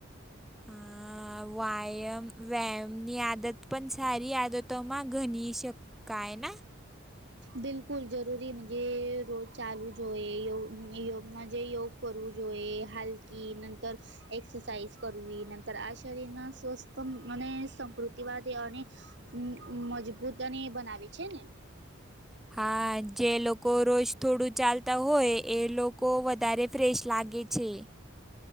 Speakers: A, in the centre; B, on the right.
A: આ વાયમ વેય્મ ની આ દત પન સારી આદતોમાં ઘની શકાય ને,
B: બિલકુલ જરૂરી મન્જે રોજ ચાલુ જ હોય, યો યોગમાં જે યોગ કરવું જોએ, હાલકી નંતર, એક્સસાઇઝ કરવી નન્તર આ શરીર ના સ્વસ્થં મને સમૃધ ઈવાદેવાય ને મ્મ મજબૂત અને બનાવે છેં ને.
A: હા જે લોકો રોજ થોડું ચાલતા હોય, એ લોકો વધારે ફ્રેસ લાગે છે.